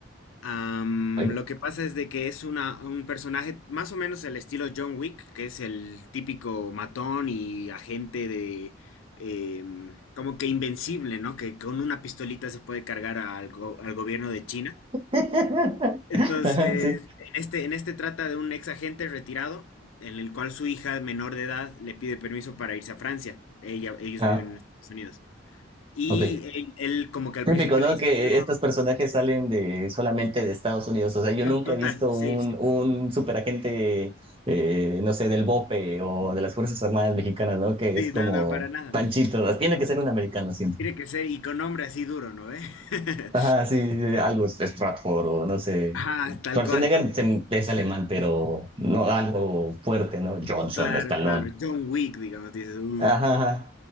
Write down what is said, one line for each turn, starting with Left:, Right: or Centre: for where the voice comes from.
Left: Am,
Right: Ay.
Left: lo que pasa es de que es una, un personaje más o menos el estilo John Wick, que es el típico matón y agente de... em, como que invencible, ¿no? Que con una pistolita se puede cargar al, go- al gobierno de China.
Right: <laughs>
Left: Entonces,
Right: Ajá, sí.
Left: en este, en este trata de un ex agente retirado, en el cual su hija menor de edad le pide permiso para irse a Francia. Ella, ellos
Right: Ah,
Left: viven en Estados Unidos. Y
Right: ok.
Left: él, él como que al
Right: Típico,
Left: principio
Right: ¿no?
Left: le dice,
Right: Que
Left: no,
Right: estos personajes salen de solamente de Estados Unidos. O sea, yo
Left: no,
Right: nunca
Left: total,
Right: he visto un,
Left: sí, sí.
Right: un superagente, eh, no sé, del BOPE o de las Fuerzas Armadas Mexicanas, ¿no? Que
Left: Sí,
Right: es como
Left: no, no, para nada.
Right: Panchito. Tiene que ser un americano siempre.
Left: Tiene que ser y con nombre así duro, ¿no ve? <laughs>
Right: Ajá, sí, sí, sí, algo Stratford o no sé.
Left: Ah, tal
Right: Schwarzenegger
Left: cual.
Right: se- es alemán, pero no algo fuerte, ¿no? Johnson,
Left: Claro,
Right: Stallone.
Left: claro. John Wick, digamos, dices. "Uh".
Right: Ajá, ajá.